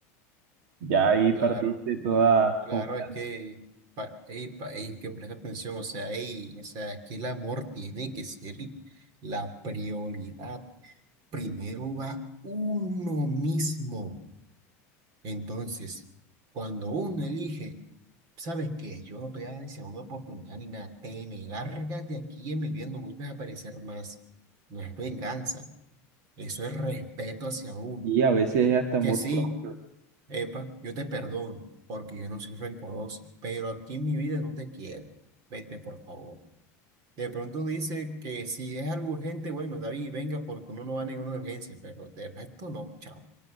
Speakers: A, on the right; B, on the right.
A: ya ahí
B: Claro,
A: perdiste toda
B: claro,
A: confianza.
B: es que, pa, ey, pa- ey, que presta atención, o sea, ey, o sea, es que el amor tiene que ser la prioridad. Primero va uno mismo. Entonces, cuando uno elige, ¿sabes qué? Yo no te voy a dar segunda oportunidad ni nada, te me largas de aquí en mi vida, no vuelves a aparecer más. No es venganza, eso es respeto hacia uno.
A: Y a veces es hasta amor
B: Que sí.
A: propio.
B: Epa, yo te perdono porque yo no soy rencoroso, pero aquí en mi vida no te quiero. Vete, por favor. De pronto dice que si es algo urgente, bueno, David, venga porque uno no va a negar una urgencia, pero de resto no, chao.